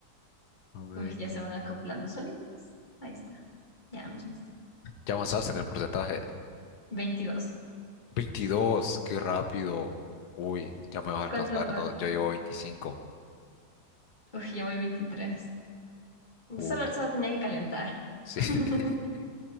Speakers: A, on the left; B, on the left.
A: A ver.
B: Uy, ya se van acoplando solitos. Ahí está. Ya mismo está.
A: ¿Ya avanzaste en el porcentaje?
B: 22.
A: 22, qué rápido. Uy, ya me vas a alcanzar.
B: ¿Cuánto va?
A: no, yo llevo 25.
B: Uy, ya voy veintitrés
A: Uf,
B: Solo, solo tenía que calentar.
A: sí.
B: <laughs>
A: <laughs>